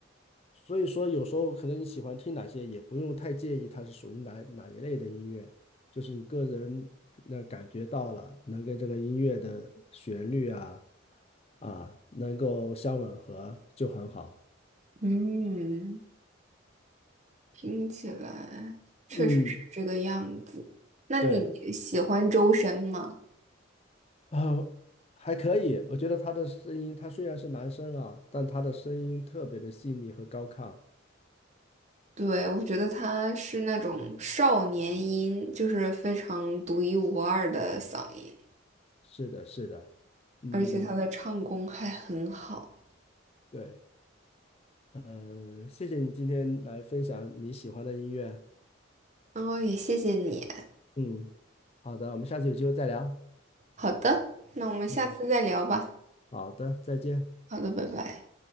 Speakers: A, on the left; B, on the right.
A: 所以说有时候可能你喜欢听哪些，也不用太介意它是属于哪哪一类的音乐，就是你个人那感觉到了，能跟这个音乐的旋律啊啊能够相吻合就很好。
B: 嗯听起来确实是这个样子。
A: 嗯，
B: 那你喜欢周深吗？
A: 对。呃，还可以，我觉得他的声音，他虽然是男生啊，但他的声音特别的细腻和高亢。
B: 对，我觉得他是那种少年音，就是非常独一无二的嗓音，
A: 是的，是的，嗯，
B: 而且他的唱功还很好。
A: 对，嗯，谢谢你今天来分享你喜欢的音乐。
B: 然后也谢谢你。
A: 嗯，好的，我们下次有机会再聊。
B: 好的，那我们下次再聊吧。
A: 嗯，好的，再见。
B: 好的，拜拜。